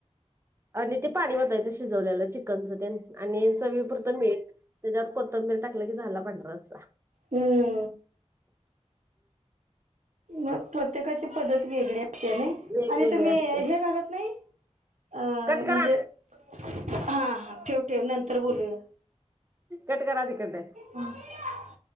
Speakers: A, on the right; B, on the right.
A: आणि ते पाणी ओतायचं शिजवलेलं चिकनच ते आणि चवी पुुरतं मीठ. त्याच्यावर कोथंबीर टाकलं की, झाला पांढरा रस्सा.
B: हम्म! मग प्रत्येकाची पद्धत वेगळी असतीया नाही.
A: वेगवेगळे
B: आणि तुम्ही
A: असत्यात
B: हे घालत नाही, अ
A: कट करा
B: म्हणजे हा, हा ठेवते नंतर बोलूया.
A: कट करा तिकडंन.
B: हम.